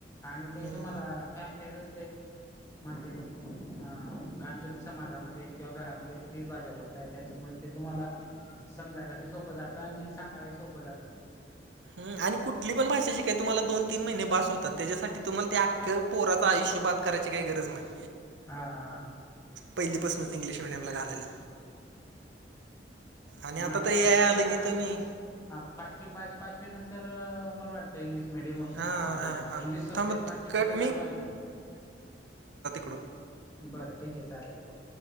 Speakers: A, on the left; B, on the right.
A: आणि ते
B: हम्म,
A: तुम्हाला फॅमिली रस्ते. म्हणजे अ कारण तुम्ही समाजामध्ये किंवा घरामध्ये. तीच भाषा बोलताय त्यांच्यामुळे ते तुम्हाला, समजायला बी सोपं जातं आणि सांगायलाही सोपं जातं.
B: ह आणि कुठली पण भाषा शिकाय तुम्हाला दोन तीन महिने बस होतात. त्याच्यासाठी तुम्हाला ते आख. पोराचं आयुष्यं बाद करायची काही गरज नाही.
A: हा
B: पहिलीपासूनच इंग्लिश मिडियमला घालायला. आणि
A: मग
B: आता
A: आपल्या
B: तर येआय
A: टायमाला
B: आलं
A: काय
B: की
A: आता
B: तुम्ही.
A: हा पाचवी पाच पाचवी नंतर मला वाटत. इंग्लिश मिडियम होतं.
B: हां
A: आपल्या
B: हां
A: टायमाला
B: हां
A: इंग्लिश सब्जेक्ट
B: थांब
A: पाचवी
B: कट
A: नंतर चालू व्हायचा.
B: कडून.
A: बरं ठीक आहे चालेल हो.